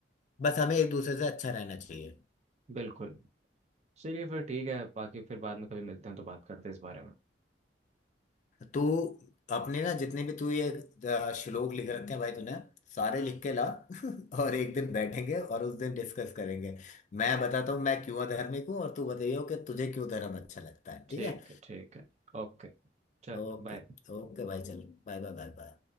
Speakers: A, on the left; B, on the right.
A: बस हमें एक दूसरे से अच्छा रहना चाहिए
B: बिल्कुल चलिए फिर ठीक है बाकी फिर बाद में कभी मिलते हैं तो बात करते हैं इस बारे में
A: तो अपने ना जितने भी तू ये अ, श्लोक लिख रखे हैं भाई तूने सारे लिख के ला <laughs> और एक दिन बैठेंगे और उस दिन डिस्कस करेंगे मैं बताता हूँ मैं क्यों अधर्मिक हूँ और तू बताइयो कि तुझे क्यों धर्म अच्छा लगता है
B: ठीक
A: ठीक है
B: है ठीक है ओके चल
A: ओके
B: बाय
A: ओके भाई चलो बाय बाय बाय बाय